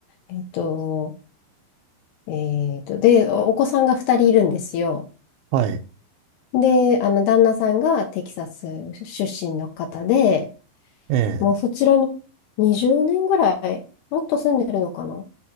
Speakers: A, on the left; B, on the right.
A: えーっと、えーっと、で、おお子さんが2人いるんですよ。
B: はい、
A: で、あの、旦那さんがテキサス出身の方で、
B: ええ、
A: もうそちらに20年ぐらい、もっと住んでるのかな